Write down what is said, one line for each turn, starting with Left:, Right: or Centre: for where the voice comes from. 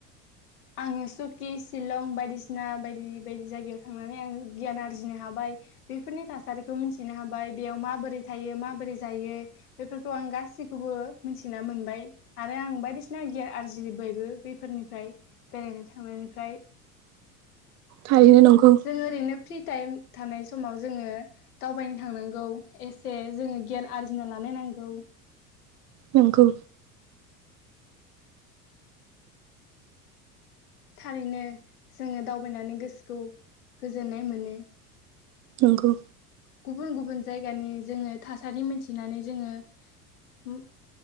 Left: आङो सुकि शिलं बायदिसिना बायदि बायदि जायगायाव थांनानै आङो गियान आरजिनो हाबाय बेफोरनि थासारिखौ मिथिनो हाबाय बेयाव माबोरै थायो माबोरै जायो बेफोरखौ आं गासैखौबो मिथिना मोनबाय आरो आं बायदिसिना गियान आरजिबायबो बेफोरनिफ्राय बेरायनो थांनायनिफ्राय
Right: थाहैनो नंगौ।
Left: जों ओरैनो फ्रि टाइम थानाय समाव जोङो दावबायनो थांनांगौ एसे जोङो गियान आरजिना लानो नांगौ।
Right: नंगौ।
Left: थारैनो जोङो दावबायनानै गोसोखौ गोजोननाय मोनो।
Right: नंगौ।
Left: गुबुन गुबुन जायगानि जोङो थासारि मिथिनानै जोङो उ